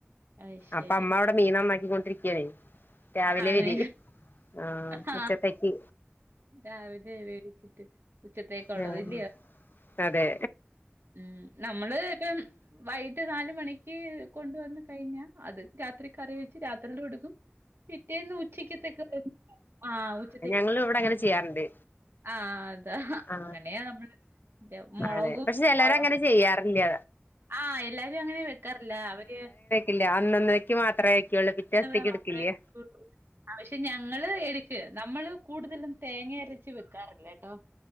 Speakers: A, on the right; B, on the left.
A: അഹ് ശരി
B: അപ്പൊ അമ്മ അവിടെ മീൻ നന്നാക്കികൊണ്ടിരിക്കാണ് രാവിലെ
A: ആണ്.
B: വിധി ആഹ്
A: ആ,
B: ഉച്ചത്തിക്ക്
A: രാവിലെ വേടിച്ചിട്ട് ഉച്ചത്തേക്കുള്ളത്
B: ഉം
A: ഇല്ലയോ
B: അതെ
A: ഉം നമ്മള് ഇപ്പം വൈകിട്ട് നാല് മണിക്ക് കൊണ്ടുവന്ന് കഴിഞ്ഞാ അത് രാത്രി കറി വെച്ച് രാത്രിലുടുക്കും പിറ്റേന്ന് ഉച്ചക്കതേക്ക് ആഹ് ഉച്ചതേക്ക്
B: ഇങ്ങള് ഇവിടെചെ ചെയ്യാറുണ്ട്
A: ആഹ് അതാ
B: ആ
A: അങ്ങനെയ നമ്മള് മുളകും
B: അതെ പക്ഷെ ചിലരങ്ങനെ
A: മുളക.
B: ചെയ്യാറില്ല
A: ആഹ് എല്ലാരും അങ്ങനെ വെക്കാറില്ല അവര്
B: ഇല്ല അന്നന്നേക്ക് മാത്രേ അയകൊള്ളൂ പിറ്റേസ്ഥിക്ക്
A: മാത്രമേ
B: ഇടുക്കില്ല
A: വെക്കുള്ളൂ. പക്ഷെ ഞങ്ങള് എടുക്ക നമ്മള് കൂടുതലും തേങ്ങ അരച്ച് വെക്കാറില്ലേ കേട്ടോ